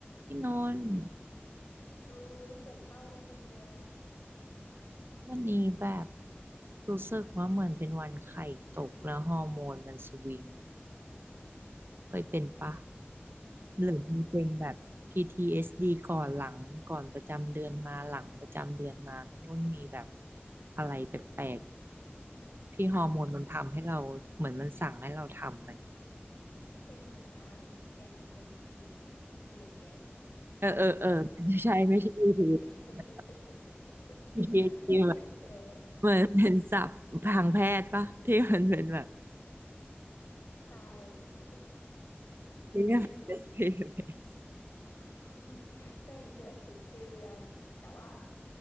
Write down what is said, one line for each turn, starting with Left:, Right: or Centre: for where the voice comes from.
Right: พี่นนท์
Left: โอ้ยเสียงเศร้าเลยเป็นยังไง
Right: วันนี้แบบรู้สึกว่าเหมือนเป็นวันไข่ตกแล้วฮอร์โมนมันสวิงเคยเป็นปะหรือมีเป็นแบบ PTSD ก่อนหลังก่อนประจำเดือนมาหลังประจำเดือนมาพี่นุ่นมีแบบอะไรแปลกๆที่ฮอร์โมนมันทำให้เราเหมือนมันสั่งให้เราทำไหม
Left: เป็นเหมือนกันเป็นเป็น P PMS
Right: เออเออเออ
Left: ทุก
Right: ใช่ไม่ใช่
Left: <laughs>
Right: PTSD เอสดีเหมือน
Left: PMA
Right: เหมือนเป็นศัพท์ทางแพทย์ปะที่มันเป็นแบบ
Left: ใช่ <laughs>
Right: PTSD
Left: เป็น <laughs> เป็นเกือบทุกเดือนแต่ว่า